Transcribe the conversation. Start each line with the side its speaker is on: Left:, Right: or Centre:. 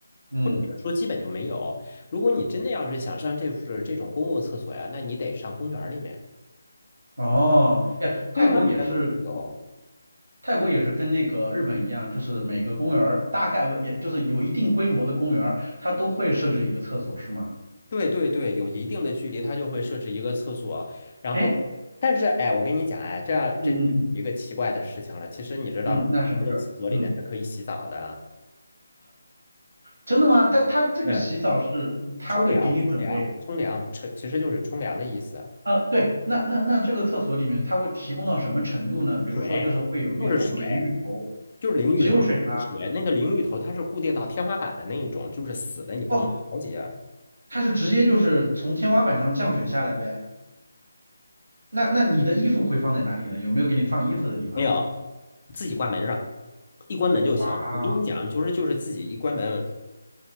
Right: 嗯，
Left: 或者是说基本就没有。如果你真的要是想上这是这种公共厕所呀，那你得上公园儿里面。
Right: 哦呀，
Left: 对，公园儿里面都是有。
Right: 泰国也是，泰国也是跟那个日本一样，就是每个公园儿大概也就是有一定规模的公园儿，它都会设置一个厕所是吗？
Left: 对对对，有一定的距离，它就会设置一个厕所。然后，
Right: 哎，
Left: 但是哎，我跟你讲哎，这样这就有一个奇怪的事情了。
Right: 嗯嗯嗯
Left: 其实你知道吗？
Right: 嗯，那什么事儿？
Left: 泰国的厕所里面是可以洗澡的，
Right: 嗯，真的吗？他他这个洗澡是他会给你准备。
Left: 对，冲凉、冲凉、冲凉，冲其实就是冲凉的意思，
Right: 啊，对，那那那这个厕所里面，它会提供到什么程度呢？比如说，
Left: 水就是水，
Right: 就是会有那种淋浴头，
Left: 就是淋浴头，
Right: 只有水吗？
Left: 水那个淋浴头它是固定到天花板的那一种，就是死的，你不能调节，
Right: 哦，它是直接就是从天花板上降水下来呗。那那你的衣服会放在哪里呢？有没有给你放衣服的地方啊？
Left: 没有，自己挂门上，一关门就行。
Right: 啊，
Left: 我跟你讲，就是就是自己一关门，